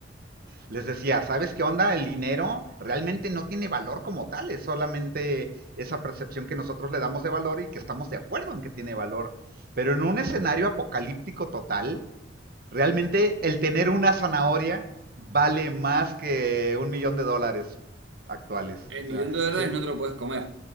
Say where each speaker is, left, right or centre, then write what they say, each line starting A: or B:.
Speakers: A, on the right; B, on the right.
A: Les decía, ¿sabes qué onda? El dinero realmente no tiene valor como tal, es solamente esa percepción que nosotros le damos de valor y que estamos de acuerdo en que tiene valor. Pero en un escenario apocalíptico total, realmente el tener una zanahoria vale más que un millón de dólares actuales.
B: El
A: O
B: millón
A: sea,
B: de dólares
A: sí,
B: no te lo puedes comer.